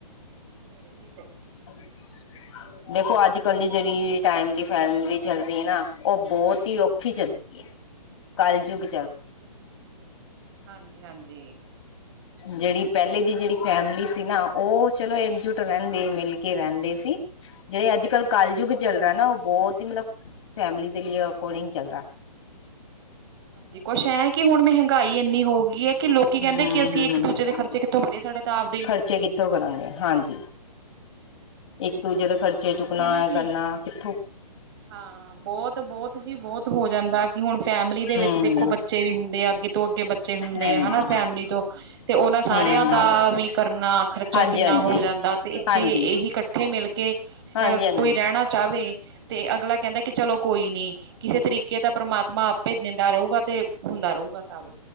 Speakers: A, on the right; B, on the left.
A: ਕਿਵੇਂ ਰਹੀਏ ਫੇਰ
B: ਹੈਲੋ। ਦੇਖੋ ਅੱਜ ਕੱਲ੍ਹ ਦੀ ਜਿਹੜੀ ਟਾਈਮ ਦੀ ਫੈਮਲੀ ਚੱਲਦੀ ਹੈ ਨਾ ਉਹ ਬਹੁਤ ਹੀ ਔਖੀ ਚੱਲਦੀ ਐ। ਕਾਲਜੂਗਂ
A: ਬਿਲਕੁਲ, ਹਾਂਜੀ-ਹਾਂਜੀ।
B: ਜਿਹੜੀ ਪਹਿਲੇ ਦੀ ਜਿਹੜੀ ਫੈਮਿਲੀ ਸੀ ਨਾ ਉਹ ਚਲੋ ਇੱਕਜੁੱਟ ਰਹਿੰਦੇ ਮਿਲ ਕੇ ਰਹਿੰਦੇ ਸੀ। ਜਿਹੜੇ ਅੱਜ ਕੱਲ੍ਹ ਕੱਲਯੁਗ ਚੱਲ ਰਿਹਾ ਨਾ ਉਹ ਬਹੁਤ ਹੀ ਮਤਲਬ ਫੈਮਿਲੀ ਦੇ ਲਈ ਅਕੋਰਡਿੰਗ ਚੱਲ ਰਿਹਾ।
A: ਹਾਂਜੀ, ਕੁਛ ਐਂ ਕਿ ਹੁਣ ਮਹਿੰਗਾਈ ਇੰਨੀ ਹੋ ਗਈ ਏ। ਕਿ ਲੋਕੀ ਕਹਿੰਦੇ
B: ਹਮ
A: ਕਿ ਅਸੀਂ
B: ਹਮ
A: ਇੱਕ ਦੂਜੇ
B: ਹਮ
A: ਦੇ ਖਰਚੇ ਕਿੱਥੋਂ ਭਰਿਏ ਸਾਡੇ ਤਾਂ ਆਪਦੇ ਹੀ ਨਹੀਂ
B: ਖਰਚੇ
A: ਪੂਰੇ
B: ਕਿੱਥੋਂ
A: ਹੁੰਦੇ। <inaudible>
B: ਕਰਾਂਗੇ ਹਾਂਜੀ ਇੱਕ ਦੂਜੇ ਦਾ ਖਰਚੇ
A: ਉਹੀ
B: ਚੁੱਕਣਾ
A: ਹੈ
B: ਕਰਨਾ
A: ਨਾ
B: ਏਹ
A: ਕਿ
B: ਕਰਨਾ ਕਿੱਥੋ
A: ਹਾਂ ਬਹੁਤ-ਬਹੁਤ ਜੀ ਬਹੁਤ ਹੋ ਜਾਂਦਾ ਕਿ ਹੁਣ ਫੈਮਿਲੀ ਦੇ
B: ਹਮ
A: ਵਿੱਚ ਦੇਖੋ ਬੱਚੇ ਵੀ ਹੁੰਦੇ ਤੋ ਅੱਗੇ ਬੱਚੇ ਹੁੰਦੇ
B: ਹਮ
A: ਆ ਹਨਾ ਫੈਮਲੀ ਤੋਂ ਤੇ ਉਹਨਾਂ ਸਾਰਿਆਂ
B: ਹਮ
A: ਦਾ ਵੀ ਕਰਨਾ ਖਰਚਾ
B: ਹਾਂਜੀ
A: ਕਿੰਨਾ ਹੋ
B: ਹਾਂਜੀ
A: ਜਾਂਦਾ ਤੇ
B: ਹਾਂਜੀ
A: ਜੇ ਇਹੀ ਇਕੱਠੇ ਮਿਲ ਕੇ
B: ਹਾਂਜੀ ਹਾਂਜੀ
A: ਕੋਈ ਰਹਿਣਾ ਚਾਹਵੇ ਤੇ ਅਗਲਾ ਕਹਿੰਦਾ ਕਿ ਚਲੋ ਕੋਈ ਨੀ ਕਿਸੇ ਤਰੀਕੇ ਦਾ ਪਰਮਾਤਮਾ ਆਪੇ ਦਿੰਦਾ ਰਹੁਗਾ ਤੇ ਹੁੰਦਾ ਰਹੁਗਾ ਸਭ